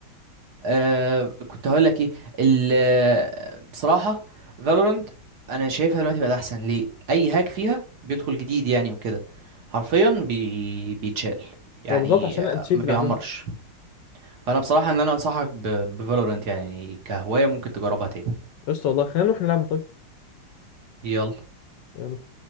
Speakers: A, on the right (about 50°); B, on the left (about 70°).
A: آه كنت هقول لك ايه ال آه، بصراحه فالورنت انا شايفها دلوقتي بقت احسن ليه اي هاك فيها بيدخل جديد يعني وكده حرفيا بي... بيتشال يعني
B: آه، بالظبط عشان
A: آه،
B: الانتشيت
A: ما
B: اللي
A: بيعمرش
B: عندهم
A: فانا بصراحه ان انا انصحك ب... بفالورنت يعني كهوايه ممكن تجربها تاني
B: قشطه والله خلينا نروح نلعبها طيب
A: يلا
B: يلا